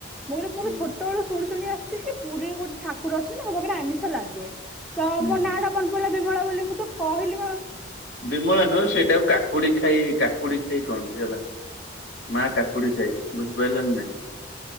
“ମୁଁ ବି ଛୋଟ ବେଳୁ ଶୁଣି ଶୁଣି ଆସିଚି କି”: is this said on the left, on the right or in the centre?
Centre